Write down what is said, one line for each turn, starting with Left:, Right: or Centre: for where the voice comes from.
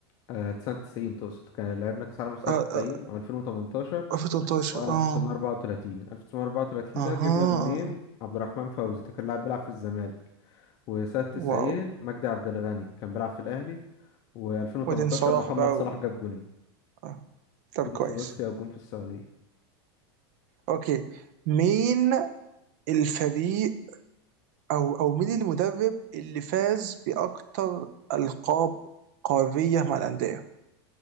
Left: آه سنة 90 تقصد كان لعبنا كأس عالم في سنة
Right: اه
Left: 90
Right: آه،
Left: و2018
Right: 2018
Left: و1934 1934
Right: اه
Left: ده
Right: اها
Left: جبنا جونين عبد الرحمن فوزي ده كان لاعب بيلعب في الزمالك وسنة 90
Right: واو
Left: مجدي عبد الغني كان بيلعب في الأهلي و2018
Right: وبعدين صلاح
Left: محمد
Right: بقى و...
Left: صلاح جاب جونين
Right: آه. طب
Left: جون
Right: كويس
Left: في روسيا وجون في السعودية
Right: اوكي مين الفريق او او مين المدرب اللي فاز باكتر القاب قاريه مع الانديه